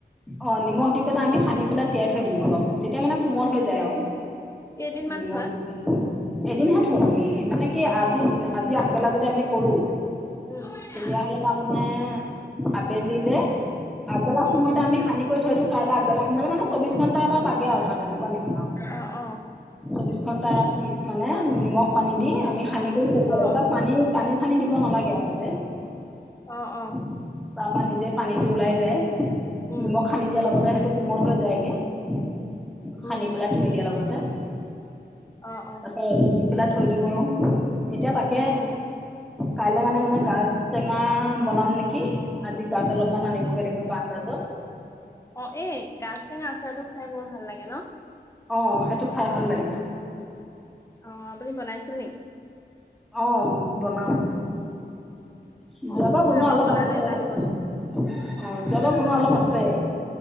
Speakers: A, in the centre; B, on the left.
A: অ', নিমখ দি পেলাই আমি সানি পেলাই তিয়াই থৈ দিওঁ অলপ। তেতিয়া মানে কোমল হৈ যায় আৰু।
B: কেইদিনমান
A: নিমখ
B: থয়?
A: দি পেলাই। এদিনহে থওঁ আমি, মানে কি আজি, আজি আগবেলা যদি আমি কৰো।
B: উম
A: তেতিয়াহলে তাৰমানে
B: অ
A: আবেলিলে, আগবেলা
B: উম
A: সময়তে
B: উম
A: আমি, সানিকৈ থৈ দিওঁ, কাইলৈ আগবেলা সোমালাই মানে চৌবিশ
B: উম
A: ঘণ্টা এটা লাগে আৰু ধৰা তেনেকুৱা নিচিনা আৰু।
B: অ অ
A: চৌবিশ ঘণ্টাত মানে নিমখ- পানী দি আমি খানি কৰি থৈদিব
B: অ
A: লাগে, তাত পানী পানী চানি দিব নালাগে আৰু তাতে।
B: অ অ অ
A: তাৰপৰা নিজে পানীতটো ওলাই যায়।
B: উম
A: নিমখ সানি দিয়াৰ লগতে সেইটো কোমল হৈ যায়গে, সানি
B: উম
A: পেলাই থৈ দিয়াৰ লগতে।
B: অ অ
A: তাৰপা ৰদত দি পেলাই থৈ দিম আৰু এতিয়া তাকে
B: উম উম
A: কাইলৈ মানে, মানে গাজ টেঙা বনাম নেকি, আজি গাজ অলপমান আনিবগে লাগিব বা গাজ।
B: অ, এই গাজ টেঙা আচাৰটো খাই বৰ ভাল লাগে ন।
A: অ, সেইটো খাই ভাল লাগে।
B: অ, আপুনি বনাইছিল নেকি?
A: অঁ, বনাওঁ। যোৱা
B: অ
A: বাৰ
B: মোৰ
A: বনোৱা
B: এবাৰ
A: অলপ
B: বনালে
A: আছে।
B: এটা দিবচোন
A: অঁ, যোৱাবাৰ বনোৱা অলপ আছে।